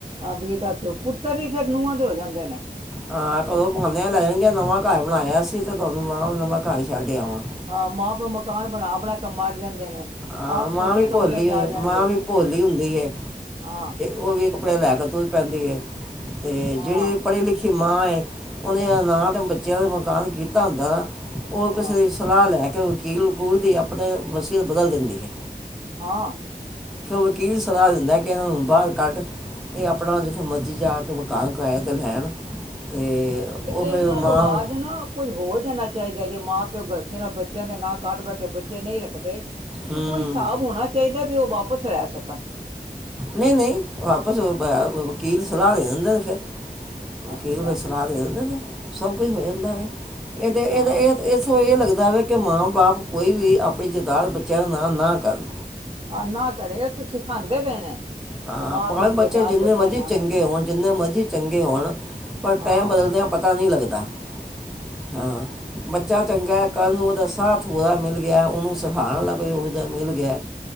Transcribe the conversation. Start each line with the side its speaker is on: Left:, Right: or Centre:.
Right: ਆਬਰੀ ਦਾ ਚੋ ਪੁੱਤਰ ਵੀ ਫੇਰ ਨੂੰਹਾਂ ਦੇ ਹੋ ਜਾਂਦੇ ਨੇ।
Centre: ਹਾਂ ਘਰੋਂ ਬਾਣੇ ਨਾ ਲੈ ਜਾਣਗੀਆਂ ਨਵਾਂ ਘਾਰ ਬਣਾਇਆ ਸੀ ਤੇ ਤਾਨੂੰ ਮਾਂ ਨਵਾਂ ਘਾਰ ‌ਈ ਛੱਡ ਆਵਾਂ।
Right: ਹਾਂ ਮਾਂ ਪਿਓ ਮਕਾਨ ਬਣਾ-ਬਣਾ ਕੇ ਮਰ ਜਾਂਦੇ ਨੇ।
Centre: ਆਂ
Right: ਆਪ
Centre: ਮਾਂ
Right: ਛੋਟੇ
Centre: ਵੀ
Right: ਕਮਰੇ
Centre: ਭੋਲੀ
Right: ਚ ਆ ਜਾਣਗੇ
Centre: ਮਾਂ ਵੀ ਭੋਲੀ ਹੁੰਦੀ ਏ।
Right: ਹਾਂ
Centre: ਓ ਵੀ ਕੱਪੜੇ ਲੈ ਕੇ ਧੁਲ ਪੈਂਦੀ ਏ ਤੇ
Right: ਹਾਂ
Centre: ਜੇੜੇ ਪੜੀ ਲਿਖੀ ਮਾਂ ਏ ਓਨੇ ਨਾ ਤੇ ਬੱਚਿਆਂ ਦਾ ਮਕਾਨ ਕੀਤਾ ਹੁੰਦਾ ਓ
Right: ਹਾਂ
Centre: ਕਿਸੇ ਦੀ ਸਲਾ ਲੈ ਕੇ ਵਕੀਲ ਵਕੂਲ ਦੀ ਆਪਣੇ ਵਸੀਅਤ ਬਦਲ ਦਿੰਦੀ ਏ।
Right: ਹਾਂ
Centre: ਫੇਰ ਓ ਵਕੀਲ ਸਲਾਹ ਦਿੰਦਾ ਕਿ ਏਨਾਂ ਨੂੰ ਬਾਰ ਕੱਢ। ਏ ਆਪਣਾ ਜਿੱਥੇ ਮਰਜ਼ੀ ਜਾ ਕੇ ਮਕਾਨ ਕਰਾਏ ਤੇ ਲੈਣ ਤੇ
Right: ਏ
Centre: ਉਹ
Right: ਤੇ
Centre: ਫਿਰ
Right: ਨਾ
Centre: ਮਾਂ
Right: ਰਵਾਜ ਏ ਨਾ ਕੁੱਝ ਹੋ ਜਾਣਾ ਚਾਈਦਾ ਜੇ ਮਾਂ ਪਿਓ ਗਲਤੀ ਨਾਲ ਬੱਚਿਆਂ ਦੇ ਨਾ ਕਰ ਬੈਠੇ ਬੱਚੇ ਨਈ ਰੱਖਦੇ
Centre: ਹੂੰ
Right: ਤੇ ਕੋਈ ਸਾਬ ਹੋਣਾ ਚਾਈਦਾ ਵੀ ਓ ਵਾਪਸ ਲੈ ਸਕਣ।
Centre: ਨਈ-ਨਈ ਵਾਪਸ ਓ ਐ ਵ ਵ ਵਕੀਲ ਸਲਾ ਦੇ ਦਿੰਦੇ ਨੇ ਫੇਰ ਵਕੀਲ
Right: ਅੱਛਾ
Centre: ਸਲਾਹ ਦੇ ਦਿੰਦੇ ਨੇ ਸਭ ਕੁਝ ਹੋ ਜਾਂਦਾ ਵੇ ਇਦੇ-ਇਦੇ
Right: ਹਾਂ
Centre: ਏ। ਇਸ ਸੋ ਐ ਲੱਗਦਾ ਵੇ ਕਿ ਮਾਂ ਬਾਪ ਕੋਈ ਵੀ ਆਪਣੀ ਜਾਇਦਾਦ ਬੱਚਿਆਂ ਨਾਮ ਨਾ ਕਰਨ
Right: ਆ ਨਾ ਕਰੇ ਅਸੀ ਸਿਖਾਂਦੇ ਪੇ ਨੇ।
Centre: ਹਾਂ
Right: ਮਾਂ
Centre: ਭਾਵੇਂ
Right: ਪਿਓ ਨੂੰ
Centre: ਬੱਚੇ
Right: ਜਾਇਦਾਦ
Centre: ਜਿੰਨੇ
Right: ਬੱਚਿਆਂ
Centre: ਮਰਜ਼ੀ
Right: ਨਾ
Centre: ਚੰਗੇ
Right: ਨਾ ਕਰੋ
Centre: ਹੋਣ ਜਿੰਨੇ ਮਰਜ਼ੀ ਚੰਗੇ ਹੋਣ ਪਰ
Right: ਹਾਂ
Centre: ਟਾਈਮ ਬਦਲਦਿਆਂ ਪਤਾ ਨਈ ਲੱਗਦਾ ਹਾਂ। ਬੱਚਾ ਚੰਗਾ ਐ ਕੱਲ ਨੂੰ ਉਦਾ ਸਾਥ ਹੋਰਾ ਮਿਲ ਗਿਆ ਉਨੂੰ ਸਿਖਾਣ ਆਲਾ ਕੋਈ ਇਹੋ ਜਿਹਾ ਮਿਲ ਗਿਆ।